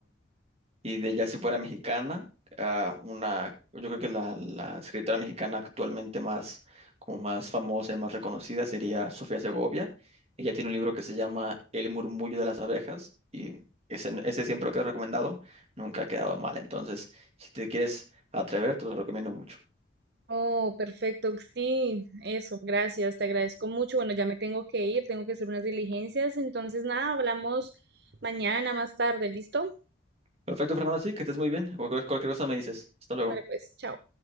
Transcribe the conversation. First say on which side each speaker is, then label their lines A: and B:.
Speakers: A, on the right; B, on the right.
A: Y de ya si fuera mexicana, ah, una, yo creo que la, la escritora mexicana actualmente más, como más famosa y más reconocida sería Sofía Segovia. Ella tiene un libro que se llama El murmullo de las abejas y ese, ese siempre lo que he recomendado, nunca ha quedado mal. Entonces, si te quieres atrever, te lo recomiendo mucho.
B: Oh, perfecto, sí, eso, gracias, te agradezco mucho. Bueno, ya me tengo que ir, tengo que hacer unas diligencias, entonces nada, hablamos mañana más tarde, ¿listo?
A: Perfecto, Fernando, sí, que estés muy bien. Cualquier cualquier cosa me dices. Hasta luego.
B: Vale, pues, chao.